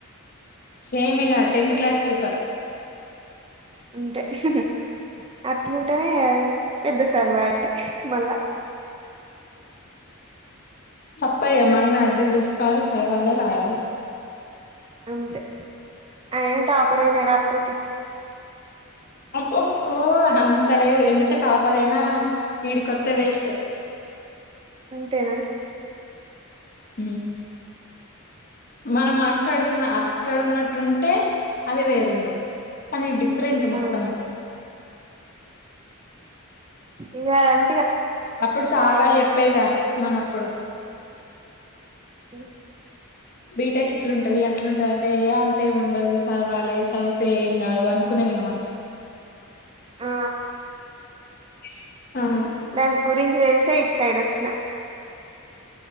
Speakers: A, on the left (about 45°); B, on the right (about 25°).
A: సేమ్ ఇగ టెన్త్ క్లాస్ పేపర్
B: అంతే ఉహ్ హ్మ్ అట్లుంటేనే కదు పెద్దస్ తెల్వయక్ మళ్ళ
A: తప్పయ్యా మనమే అర్థం చేసుకోవాల చదవాల రాయాలి
B: అంతే అయిన టాపరైనా ఏం రాత్తతీ
A: అబ్బో ఓ అంతలేదు ఎంత టాపరైనా ఈడి కొత్తే వేస్ట్.
B: అంతేనా
A: మ్మ్ మనం అక్కడున్న అ క్కడున్నట్టు ఉంటే అది వేరుందు పని డిఫ్ ప్రెంట్
B: ఆ
A: మొత్తమే
B: ఇగా అం
A: అప్పుడు సార్ వాళ్ళు చెప్పేగా మనప్పుడు
B: హ్మ్
A: బీటెక్ ఇట్లుంటది అట్లుంటది అంటే ఏ అంతే ఏముండదు చదవాలి చదివితే ఏం కాదు అనుకునేదిగా మనం.
B: ఆ
A: ఇస్ ఆహ్ హా
B: దాని గురించి తెలిసే ఇటు సైడ్ వచ్చినా